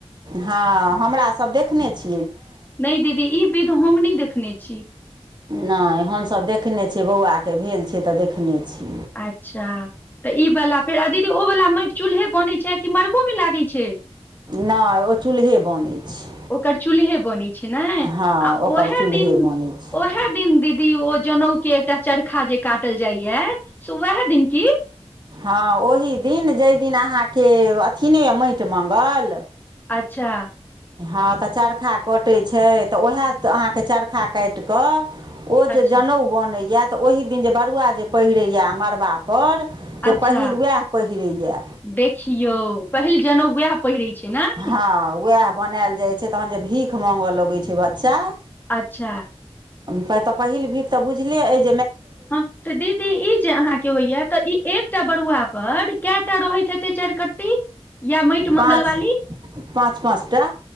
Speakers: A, on the right (about 40°); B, on the left (about 15°).
A: हँ हमरासब देखने छी
B: नई दीदी ई विध हम नई देखने छी।
A: नई हमसभ देखने छियै बौआके भेल छैई तऽ देखने छी।
B: अच्छा तऽ ई वाला फेर दीदी ओ वला माटि चूल्हे बनैइ छैय कि मड़बो मे लागैइ छैय?
A: नहि ओ चूल्हे बनै छै
B: ओकर चूल्हे बनै छैय ना आ
A: हँ ओकर
B: उएह
A: चूल्हे
B: दिन
A: बनै छै
B: ओहे दिन दीदी ओ जनउ के एकटा चरखा जे काटल जाइया से उएह दिन की?
A: हँअ् ओही दिन जई दिन अहाँके अथि नई अए माटि मङ्गल
B: अच्छा
A: हँ तऽ चरखा कटैइ छैय तऽ ओहे अहाँके चरखा काटि कऽ ओ
B: अच्छा
A: जे जनउ बनैए तऽ ओहि दिन जे बरुआ जे पहिरैए मड़बापर से
B: अच्छा
A: पहिल ओएह पहिरैए।
B: देखियौ पहिल जनउ वएह पहिरै छै ने
A: हँअ् ओएह बनायल जाइ छैय तहन जे भीख माँगय लगैइ छैय बच्चा
B: अच्छा
A: तऽ पहिल भीख तऽ बुझले अछि
B: हँअ् तऽ दीदी ई जे अहाँके होइया तऽ ई एक कटा बरुआ पर कएटा रहैत हेतै चरि कट्टी? या मइट मंगलवाली
A: पाँच पाँच पाँच टा